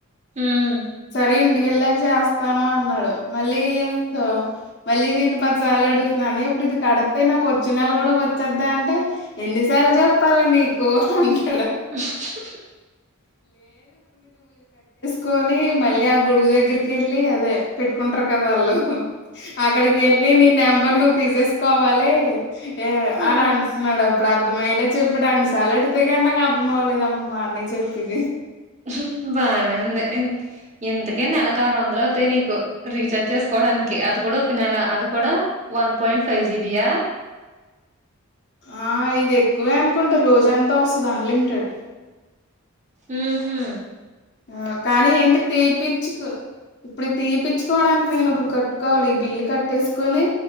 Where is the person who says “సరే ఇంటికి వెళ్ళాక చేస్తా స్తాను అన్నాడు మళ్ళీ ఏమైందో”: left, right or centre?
Left